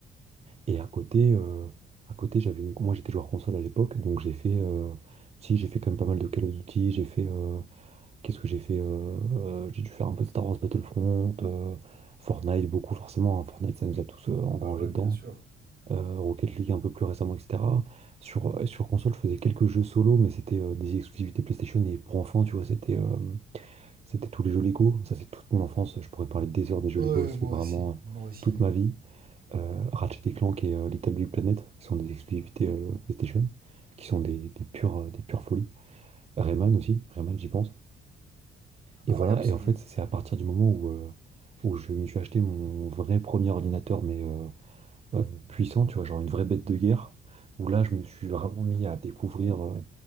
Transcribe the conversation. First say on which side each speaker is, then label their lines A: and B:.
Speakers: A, on the right (about 30°); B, on the right (about 50°).
A: Et à côté, euh, à côté, j'avais une- moi j'étais joueur console à l'époque, donc j'ai fait, euh, si j'ai fait quand même pas mal de Call of Duty, j'ai fait, euh, qu'est-ce que j'ai fait, euh, euh, j'ai dû faire un peu de Star Wars Battlefront, euh, Fortnite beaucoup forcément, hein, Fortnite ça nous a tous euh, engrangés
B: Ah bah ouais,
A: dedans,
B: bien sûr.
A: euh, Rocket League un peu plus récemment, etc. Sur euh, sur console, je faisais quelques jeux solo, mais c'était euh, des exclusivités PlayStation et pour enfants, tu vois, c'était euh, c'était tous les jeux Lego, ça c'est toute mon enfance, je pourrais parler des heures des jeux
B: Ouais,
A: Lego, c'est
B: moi
A: vraiment
B: aussi,
A: euh,
B: moi aussi.
A: toute ma vie euh, Ratchet et Clank et euh, Little Big Planet, qui sont des exclusivités euh, PlayStation, qui sont des, des pures, euh, des pures folies. Rayman aussi, Rayman j'y pense.
B: Incroyable
A: Et voilà,
B: ce
A: et en fait
B: jeu.
A: c'est à partir du moment où, euh, où je me suis acheté mon vrai premier ordinateur, mais euh, euh, puissant, tu vois, genre une vraie bête de guerre, où là je me suis vraiment mis à découvrir euh,